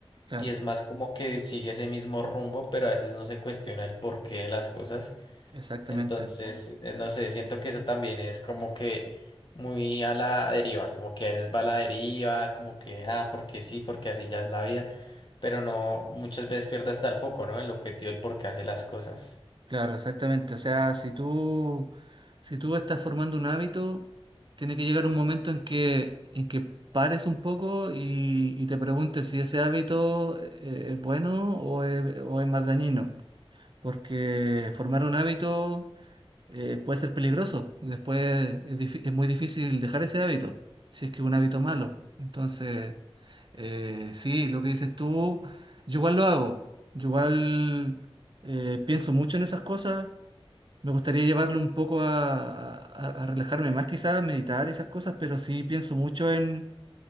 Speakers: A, on the right; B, on the left.
A: Claro,
B: y es más como que sigue ese mismo rumbo, pero a veces no se cuestiona el porqué de las cosas.
A: exactamente.
B: Entonces, eh, no sé, siento que eso también es como que muy a la deriva, como que a veces va a la deriva, como que, ah, porque sí, porque así ya es la vida, pero no, muchas veces pierde hasta el foco, ¿no? El objetivo, el por qué hace las cosas.
A: Claro, exactamente. O sea, si tú, si tú estás formando un hábito, tiene que llegar un momento en que, en que pares un poco y, y te preguntes si ese hábito eh, es bueno o es, o es más dañino. Porque formar un hábito eh, puede ser peligroso. Después es, difí- es muy difícil dejar ese hábito, si es que es un hábito malo. Entonces, eh, sí, lo que dices tú, yo igual lo hago. Yo igual eh, pienso mucho en esas cosas. Me gustaría llevarlo un poco a, a- a relajarme más, quizás, a meditar y esas cosas, pero sí pienso mucho en,